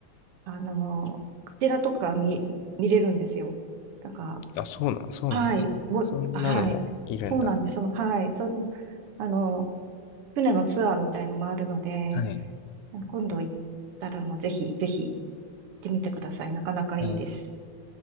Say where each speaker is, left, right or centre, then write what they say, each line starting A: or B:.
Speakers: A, on the right (about 55°); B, on the left (about 80°).
A: あの、クジラとか見、見れるんですよ。だか
B: あ、そうなんそうなんですね。
A: ら、はい、もう、
B: そんなのもいるんだ。
A: はい、そうなんですよ。はい、その、あの、船のツアーみたいのもあるので、
B: はい。い。
A: 今度行ったらもうぜひ、ぜひ行ってみてください。なかなかいいです。
B: はい。